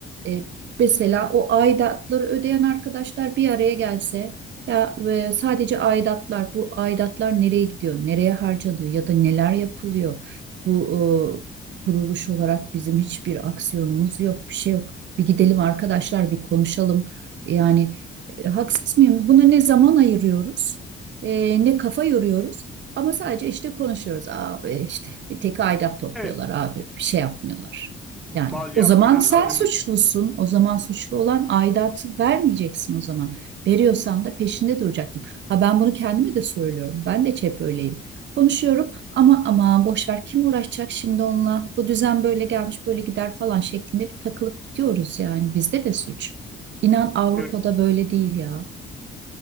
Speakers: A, on the right (about 65°); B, in the centre.
A: E, mesela o aidatları ödeyen arkadaşlar bir araya gelse, ya e, sadece aidatlar, bu aidatlar nereye gidiyor, nereye harcanıyor ya da neler yapılıyor? Bu kuruluş olarak bizim hiçbir aksiyonumuz yok, bir şey yok. Bir gidelim arkadaşlar, bir konuşalım. Yani e, haksız mıyım? Buna ne zaman ayırıyoruz, e, ne kafa yoruyoruz. Ama sadece işte konuşuyoruz. Abi işte bir tek aidat topluyorlar
B: Evet,
A: abi, bir şey yapmıyorlar.
B: bal
A: Yani o
B: yapmayan
A: zaman sen
B: arı
A: suçlusun.
B: mi-
A: O zaman suçlu olan aidatı vermeyeceksin o zaman. Veriyorsan da peşinde duracaksın. Ha ben bunu kendime de söylüyorum. Ben de hep öyleyim. Konuşuyorum. Ama aman boş ver kim uğraşacak şimdi onunla? Bu düzen böyle gelmiş böyle gider falan şeklinde bir takılıp gidiyoruz yani. Bizde de suç. İnan Avrupa'da
B: evet,
A: böyle değil ya.